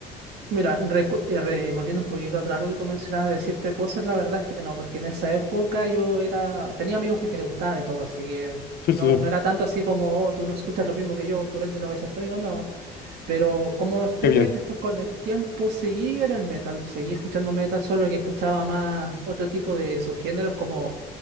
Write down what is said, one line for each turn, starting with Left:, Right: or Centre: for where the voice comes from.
Right: mira, recu- eh, re- volviendo un poquito atrás lo que tú mencionabas de decirte cosas, la verdad es que no, porque en esa época yo era, tenía amigos de que les gustaba de todo, así que
Left: Sí,
Right: no,
Left: sí, sí,
Right: no era tanto así como, oh, tú no escuchas lo mismo que yo, por ende no voy a ser tu amigo, no. Pero como estuve
Left: qué bien.
Right: después con el tiempo, seguí en el metal, seguí escuchando metal, solo que escuchaba más otro tipo de subgéneros, como